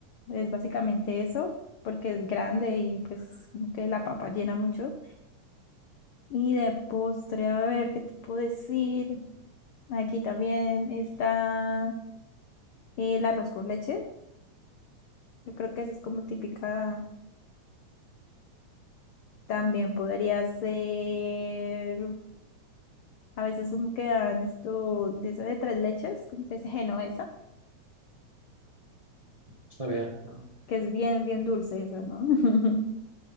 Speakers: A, on the left; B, on the right.
A: es básicamente eso, porque es grande y pues como que la papa llena mucho. Y de postre, a ver, ¿qué te puedo decir? Aquí también está el arroz con leche. Yo creo que eso es como típica También podría ser, a veces como que dan esto de esa de tres leches, ¿cómo se dice? Genovesa,
B: Está bien. ¿no?
A: que es bien, bien dulce esa, ¿no? <laughs>